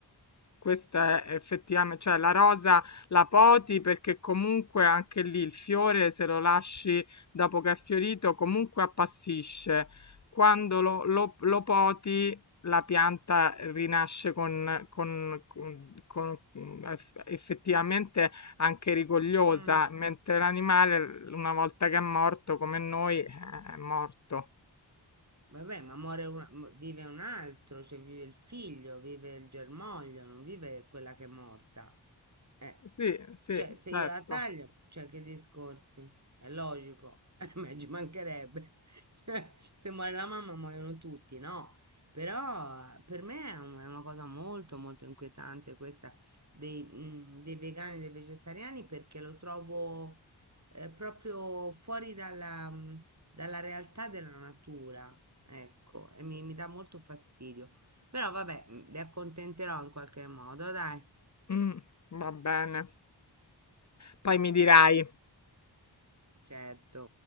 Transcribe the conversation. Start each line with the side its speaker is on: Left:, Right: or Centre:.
Left: Questa è effettivame cioè la rosa la poti perché comunque anche lì il fiore se lo lasci dopo che è fiorito comunque appassisce. Quando lo lo lo poti la pianta rinasce con con con con mhmm, eff effettivamente anche rigogliosa,
Right: Mm.
Left: mentre l'animale l una volta che è morto come noi, eh, è morto.
Right: Vabbè, ma muore una- mu- vive un altro, cioè vive il figlio, vive il germoglio, non vive quella che è morta. Eh,
Left: Sì, sì,
Right: cioè se
Left: certo.
Right: io la taglio, cioè che discorsi? È logico, <laughs> ma ci mancherebbe. <laughs> Cioè, Se muore la mamma muoiono tutti, no? Però eh, per me è, un- è una cosa molto molto inquietante questa dei, mm, dei vegani e dei vegetariani perché lo trovo eh, proprio fuori dalla, mm, dalla realtà della natura, ecco, e mi, mi dà molto fastidio. Però vabbè, mm, le accontenterò in qualche modo, dai,
Left: Mh, va bene. Poi mi dirai.
Right: certo.